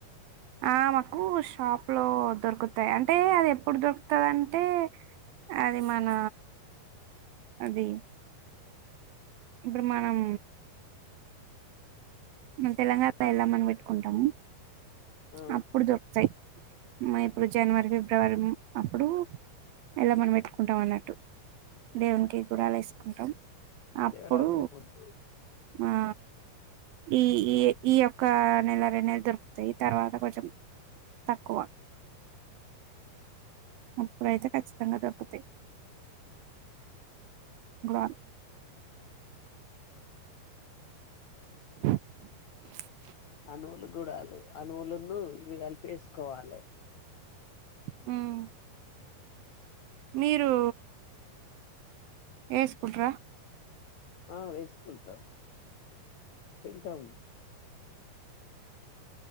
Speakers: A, on the right; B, on the left.
A: ఆ మాకు షాప్ లో దొరుకుతాయి అంటే అది ఎప్పుడు దొరుకుతందింటే అది మన అది ఇప్పుడు మనం మ తెలంగాణలో ఎల్లమ్మ ని పెట్టుకుంటాం
B: ఆ!
A: అప్పుడు దొరుకుతాయి ఇప్పుడు జనవరి ఫిబ్రవరి అప్పుడు వెళ్ళమని పెట్టుకుంటాం అన్నట్టు దేవునికి గుడాలు వేసుకుంటాం అప్పుడు
B: శివరాత్రి పొద్దు
A: ఆ ఈ ఈ ఈ యొక్క నెల రెండు నెల దొరుకుతాయి తర్వాత కొంచెం తక్కువ అప్పుడైతే కఖచ్చితంగా దొరుకుతాయి వా <inaudible>
B: ఆ అణువులను గుడాలు అణువులను ఇవి కలిపి వేసుకోవాలే
A: మ్మ్ మీరు వేసుకుంట్రా
B: ఆ వేసుకుంటాం తింటాం